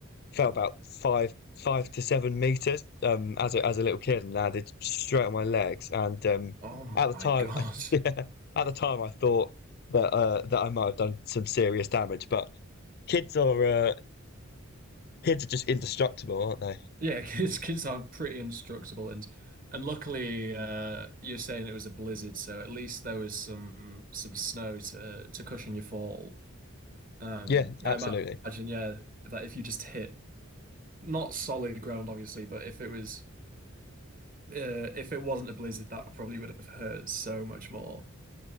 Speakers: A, on the left; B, on the right.
A: fell about five, five to seven meters, um, as a, as a little kid and landed straight on my legs. And, um,
B: Oh
A: at the
B: my
A: time,
B: God.
A: <laughs> yeah, at the time I thought that, uh, that I might have done some serious damage, but Kids are uh, kids are just indestructible, aren't they?
B: Yeah, <laughs> kids kids are pretty indestructible and and luckily uh you're saying it was a blizzard, so at least there was some some snow to to cushion your fall. Um
A: Yeah, absolutely.
B: I ima- imagine, yeah, that if you just hit not solid ground obviously, but if it was uh, if it wasn't a blizzard, that probably would have hurt so much more.